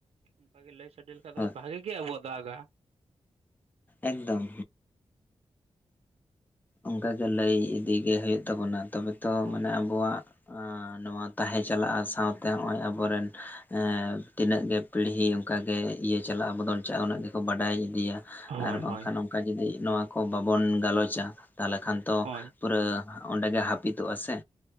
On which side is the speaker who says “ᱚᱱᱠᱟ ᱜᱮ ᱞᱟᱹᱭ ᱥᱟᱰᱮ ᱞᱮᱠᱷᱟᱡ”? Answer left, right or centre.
Right